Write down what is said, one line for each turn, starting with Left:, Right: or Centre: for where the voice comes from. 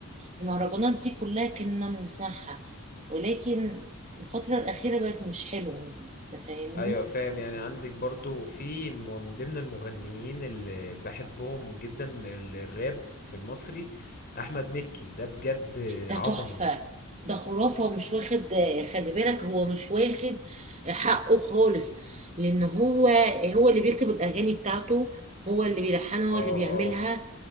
Right: والمهرجانات دي كلها كنا بنسمعها ولكن الفترة الأخيرة بقت مش حلوة يعني انت فاهمني
Left: أيوة فاهم يعني عندك برضو في م- من ضمن المغنيين اللي بحبهم جدا ال- الراب في المصري أحمد مكي ده بجد
Right: ده
Left: عظمة
Right: تحفة ده خرافة ومش واخد خلي بالك هو مش واخد حقه خالص لأن هو هو اللي بيكتب الأغاني بتاعته هو اللي بيلحنها
Left: اه
Right: هو اللي بيعملها
Left: اه